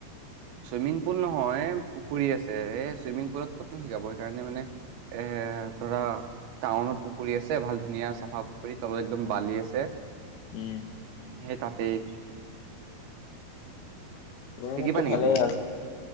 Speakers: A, on the right; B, on the left.
A: চুইমিং পুল নহয় পুখুৰী আছে এ চুইমিং পুলত ক'তনো শিকাব সেইকাৰণে মানে এ ধৰা টাউনত পুখুৰী আছে ভাল ধুনীয়া চাফা পুখুৰী তলত একদম বালি আছে
B: উম
A: সে তাতেই
B: গৰমতটো
A: শিকিবা নেকি
B: ভালেই
A: তুমি
B: আৰু